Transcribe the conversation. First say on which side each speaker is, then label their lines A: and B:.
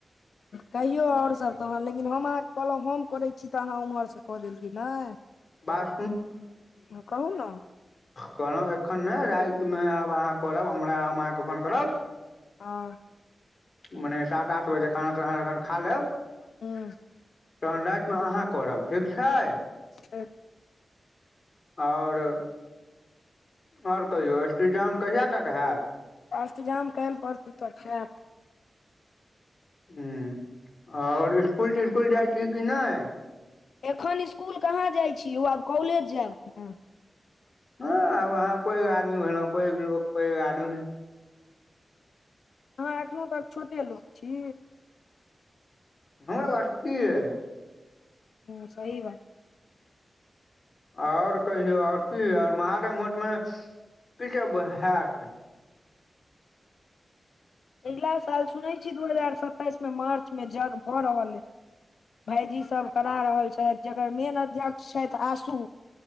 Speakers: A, on the left; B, on the left.
A: कहियौ और सभ तहन लेकिन हम अहाँके कहलौं हम करै छी त अहाँ ओम्हरसँ क देलियै नै।
B: बात
A: हँ कहू न।
B: कहलौं एखन नै राइत में आब अहाँ करब हमरा हम अहाँके फोन करब
A: ह
B: मने सात आठ बजे खाना ताना तन खा लेब
A: ह
B: तहन राईत मे अहाँ करब ठीक छै
A: ह
B: आओर आओर कहियौ स्ष्टिजाम कहिया तक हैत
A: असतजाम करै लए पड़तै तऽ खत
B: ह आओर इसकुल तिस्कुल जाइ छी कि नहि
A: एखन इसकुल कहाँ जाइ छीिय ओ आब कॉलेज जायब कि ने
B: ह आब अहाँ पैघ आदमी भेलहु पैघ लोकोग पैघ आदमी
A: अहाँ एखनो तक छोटे लोक छी
B: हमरा बटकीै
A: हूँ सही बात
B: आओर कहियौ आओर की आर महादेठमे की सब हयत
A: अगिला साल सुनै छी दू हजार सताइस मे मार्च मे यज्ञ भऽ रहल अ भायजी सब करा रहल छथि जकर मेन अध्यक्ष छथि आशू